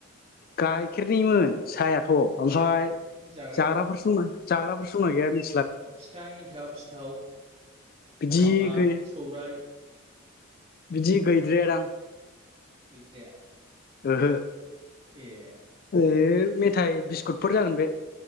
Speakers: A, on the left (about 45°); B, on the right (about 30°).
A: गाइखेरनिमोन साहायाथ'। ओमफ्राय
B: जाग्राया
A: जाग्राफोरसो दंना जाग्राफोरसो दंना गैया मिथ
B: फिथा एन्थाब फिथाव
A: बिदि
B: माबा
A: गै
B: सौराय।
A: बिदि गैद्राया दां।
B: गैद्राया।
A: ओहो।
B: एह।
A: ओ मेथाइ बिस्कुटफोर जागोन बे।